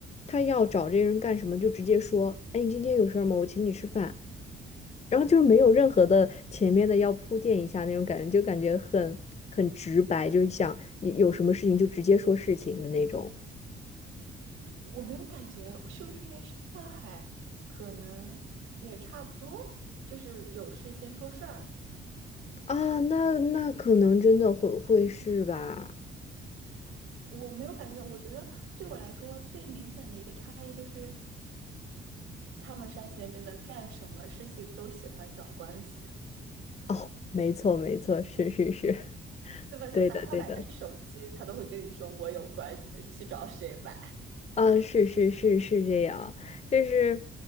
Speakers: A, on the left; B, on the right.
A: 他要找这个人干什么，就直接说，哎，你今天有事儿吗？我请你吃饭。然后就是没有任何的前面的要铺垫一下那种感觉，就感觉很很直白，就是想有有什么事情就直接说事情的那种
B: 我没有感觉，是不是因为上海可能也差不多，就是有事先说事儿，
A: 啊。那那可能真的会会是吧？
B: 我没有感觉到。我觉得对我来说最明显的一个差异就是，他们山西人真的干什么事情都喜欢找关系。
A: 哦，没错，没错，是是是，
B: 对吧？就哪怕买个手机，
A: 对的，对的。
B: 他都会跟你说我有关系，去找谁买。
A: 啊，是是是是这样，就是